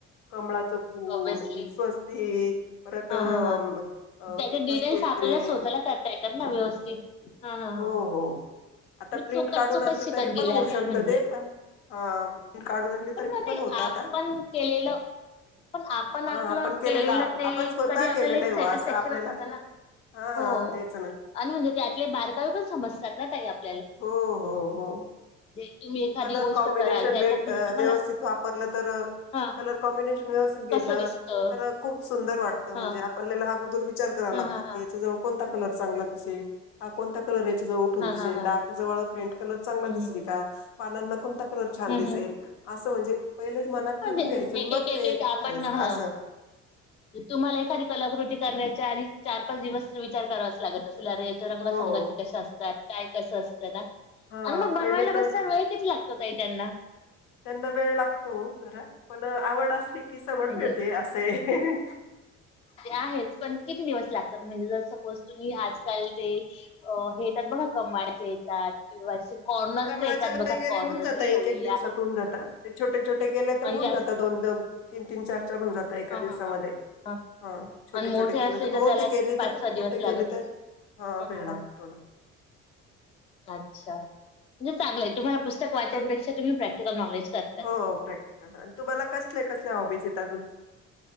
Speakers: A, on the left; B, on the left.
A: कमळाच फूल
B: ऑब्विसली
A: स्वस्तिक परत
B: हा
A: अम,
B: हा हा
A: अ,
B: त्याचे डिटेल्स
A: कळस वगैरे
B: आपल्याला स्वतःला करता येतात ना व्यवस्थित. हा हा
A: हो
B: हा
A: हो. आता
B: मी
A: प्रिंट
B: चुकत
A: काढून
B: चुकत
A: आणली
B: शिकत
A: तरी
B: गेले
A: पण होऊ
B: असल
A: शकतं
B: म्हणजे.
A: ते पण हा प्रिंट काढून आणली
B: पण
A: तरी
B: मग ते
A: होत आता
B: आपण केलेलं. पण आपण
A: हा
B: आपलं
A: केलेला
B: केलेलं ते
A: आपण स्वतः
B: तरी आपल्याला
A: केलेलं
B: एक
A: आहे
B: स्टेट
A: वा असं
B: सेक्शन
A: आपल्याला
B: असतं ना
A: हा
B: हो
A: तेच ना
B: अण म्हणजे त्यातले. तरी पण समजतात ना ताई आपण
A: हो हो हो.
B: जे तुम्ही एखादी
A: कलर
B: गोष्ट
A: कॉम्बिनेशन
B: कराल त्याच्यात
A: व्यवस्थित
B: म्हणजे तुम्हाला
A: वापरलं तर
B: हा
A: कलर कॉम्बिनेशन व्यवस्थित घेतलं
B: कसं दिसतं.
A: तर. खूप सुंदर वाटतं
B: हा
A: म्हणजे आपला हा विचार कराव
B: हा
A: लागतं
B: हा हा
A: की याच्या जवळ कोणत कलर चांगला दिसेल हा कोणता कलर यांच्याजवळुन ऊठून
B: हा
A: दिसेल
B: हा हा
A: डार्क फेंट कलर चांगला
B: हम्म
A: दिसेल
B: हम्म
A: का पानांना कोणता कलर छान
B: हम्म
A: दिसेल
B: हम्म
A: असं म्हणजे पहिलेच मनात
B: म्हणजे
A: ठरवून घ्यायचं
B: एक
A: मग
B: एक
A: ते
B: एक एक
A: करायचं
B: आपण ह
A: अस.
B: तुम्हाला एखादी कलाकृती करण्याच्या आधी चार पाच दिवस विचार करावाच लागत असे अरे. रंगसंगती
A: हो
B: कश असतात काय कसं असत ना.
A: हा
B: आणि मग बनवायला
A: पहिले तर
B: बसता वेळ किती लागतो त आहे त्यांना.
A: त्यांना वेळ लागतो जरा पण आवड असली की सवड
B: म्हणजे
A: मिळते असं आहे.
B: आहे पण किती दिवस लागतात म्हणजे जर सपोज तुम्ही आजकाल ते अ हे येतात बघा कमाळाचे येतात किंवा कॉर्नरचे
A: ते कमळाचे
B: येतात
A: वगैरे
B: बघा कॉर्नरचे
A: होऊन जात
B: ठेवलेले
A: एक एक दिवसात
B: आहे.
A: होऊन जात ते छोटे छोटे केले तर
B: आणि
A: होऊन
B: जास्त
A: जात दोन दोन तीन तीन चार चार होऊन जात. एका
B: हा
A: दिवसामध्ये
B: हा हा हा
A: ह छोटे
B: आणि मोठे
A: छोटे
B: असले
A: केले तर मोठीे
B: त्याला
A: केली
B: पाच
A: तर
B: सहा दिवस
A: मोठे
B: लागत
A: केले तर
B: असतील.
A: हा
B: ह
A: वेळ
B: ह
A: लागतो
B: ह
A: थोडा.
B: अच्छा म्हणजे चांगलंय तुम्हाला पुस्तक वाचनपेक्षा
A: तर
B: तुम्ही प्रॅक्टिकल नॉलेज करता.
A: हो प्रॅक्टिस. तुम्हाला कसल्या कसल्या हॉबीज आहेत अजून.